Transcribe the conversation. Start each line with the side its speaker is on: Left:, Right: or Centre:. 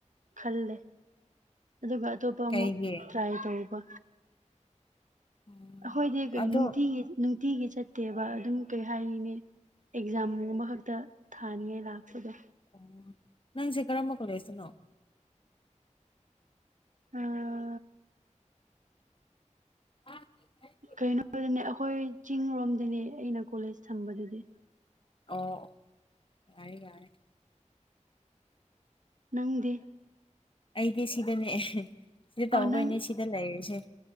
Right: ꯈꯜꯂꯦ꯫ ꯑꯗꯨꯒ ꯑꯇꫭꯞꯄ ꯑꯃꯨꯛ
Left: ꯀꯩꯒꯤ
Right: ꯇ꯭ꯔꯥꯏ ꯇꯩꯕ
Left: ꯎꯝ
Right: ꯑꯍꯣꯏꯗꯤ ꯀꯩꯅꯣ
Left: ꯑꯗꯣ
Right: ꯅꯨꯡꯇꯤꯒꯤ ꯅꯨꯡꯇꯤꯒꯤ ꯆꯠꯇꯦꯕ ꯑꯗꯨꯝ ꯀꯩ ꯍꯥꯏꯔꯤꯅꯤ ꯑꯦꯛꯖꯥꯝ ꯒꯨꯝꯕꯈꯛꯇ ꯊꯥꯅꯤꯉꯥꯏ ꯂꯥꯛꯄꯗꯣ
Left: ꯑꯣ ꯅꯪꯁꯦ ꯀꯔꯝꯕ ꯀꯣꯂꯦꯖꯇꯅꯣ
Right: ꯑ
Left: <unintelligible>
Right: ꯀꯩꯅꯣꯗꯅꯦ ꯑꯩꯈꯣꯏ ꯆꯤꯡꯔꯣꯝꯗꯅꯦ ꯑꯩꯅ ꯀꯣꯂꯦꯖ ꯊꯝꯕꯗꯨꯗꯤ
Left: ꯑꯣ ꯌꯥꯏꯌꯦ ꯌꯥꯏꯌꯦ
Right: ꯅꯪꯗꯤ
Left: ꯑꯩꯗꯤ ꯁꯤꯗꯅꯦ ꯁꯤꯗ ꯇꯧꯕꯩꯅꯦ
Right: ꯑꯥ ꯅꯪ
Left: ꯁꯤꯗ ꯂꯩꯔꯤꯁꯦ꯫